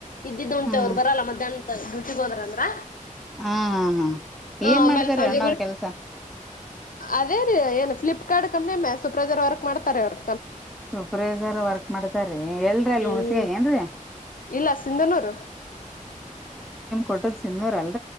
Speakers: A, on the left; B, in the centre.
A: ಇದ್ದಿದ್ದ ಉಂತೆವ್ರು
B: ಹ್ಮ್
A: ಬರಲ್ಲ ಮಧ್ಯಾಹ್ನ ಗ ಹೋದ್ರ ಅಂದ್ರ
B: ಹಾ ಹಾ ಹಾ
A: ಹ
B: ಏನ್
A: ಆಮೇಲೆ
B: ಮಾಡ್ತಾರ
A: ಸಂಜೆ
B: ಅಣ್ಣವ್ರ ಕೆಲ್ಸ
A: ಅದೇ ರೀ ಏನು ಫ್ಲಿಪ್ಕಾರ್ ಕಂಪ್ನಿಮ್ಮೆ ಸುಪ್ರೈಜರ್ ವರ್ಕ್ ಮಾಡ್ತಾರೆ ಅವ್ರು
B: ಸೂಪರ್ವೈಸರ್ ವರ್ಕ್ ಮಾಡ್ತಾರೀ ಎಲ್ರಿ ಅಲ್
A: ಹ್ಮ್
B: ಹುಣ್ಸಗ ಏನ್ರೀ
A: ಇಲ್ಲ ಸಿಂಧನೂರು
B: ಮ